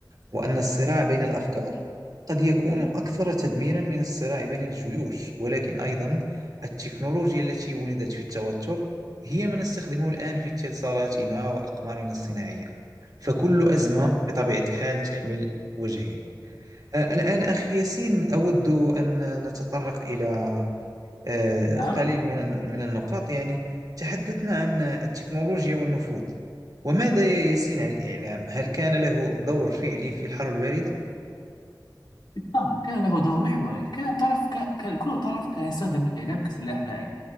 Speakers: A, on the right (about 50°); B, on the left (about 70°).
A: وأن الصراع بين الأفكار قد يكون أكثر تدميرا من الصراع بين الجيوش ولكن أيضا التكنولوجيا التي ولدت في التوتر هي ما نستخدمه الآن في اتصالاتنا وأقمارنا الصناعية فكل أزمة بطبيعة الحال تحمل وجهين آه، الآن أخي ياسين أود أن نتطرق إلى آه،
B: نعم
A: قليل من من النقاط يعني تحدثنا عن التكنولوجيا والنفوذ وماذا يا ياسين عن الإعلام؟ هل كان له دور فعلي في الحرب الباردة؟
B: طبعا كان له دور محوري كان طرف ك... كان كل طرف كان يستخدم الإعلام كسلاح ناعم